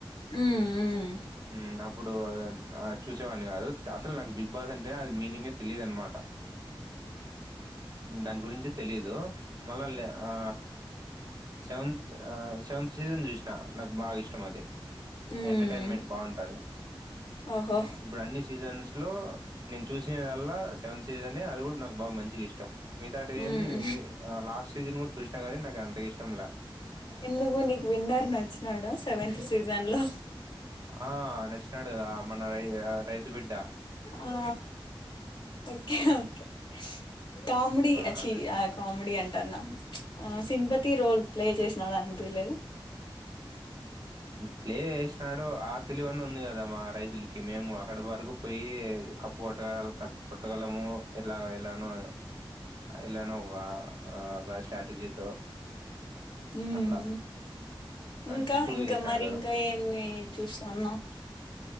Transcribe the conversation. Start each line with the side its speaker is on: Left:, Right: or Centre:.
Left: మ్మ్ మ్మ్
Right: హు అప్పుడు, చూసేవన్ని కాదు అసలు నాకు బిగ్ బాస్ అంటేనే అది మీనింగే తెలియదు అన్నమాట. దాని గురించే తెలియదు మళ్ళ లెవె ఆ సెవెంత్ సెవెంత్ సీజన్ చూసిన నాకు బాగా ఇష్టం అది
Left: మ్మ్
Right: ఎంటర్టైన్మెంట్ బాగుంటది.,
Left: ఓహో
Right: ఇప్పుడు అన్ని సీజన్స్ లో నేను చూసినదల్ల సెవెంత్ సీజనే అది కూడా నాకు బాగా మంచిగ ఇష్టం. మిగతాటివి
Left: మ్మ్
Right: ఏమి మీ లాస్ట్ సీజన్ కూడా చూసినా గానీ నాకు అంతగ ఇష్టంలే
Left: ఎందుకు నీకు విన్నర్ నచ్చినాడ సెవెంత్ సీజన్ లో,
Right: ఆ నచ్చినాడు కదా మన రై రైతు బిడ్డ
Left: ఆ ఓకే ఓకే కామెడి అచ్చి
Right: ఆ
Left: కామెడి అం అంటన్నా ఆ సింపతి రోల్ ప్లే చేసినాడు అనిపియ్యలేదు,
Right: ప్లే చేసినాడు ఆ తెలివి అన్న ఉంది కదా మా రైతులకి మేము అక్కడ వరకు, పోయి కప్పు కొట్టగల కట్ కొట్టగలము ఇట్లా, ఎలానో ఎలానో ఒక స్ట్రాటజీతో,
Left: ఉహు
Right: అట్లా
Left: హు
Right: అని
Left: ఇంకా
Right: ప్రూవ్
Left: ఇంకా
Right: చేసినాడు
Left: మరి
Right: కదా
Left: ఇంకా ఏమి చూస్తాన్నావ్,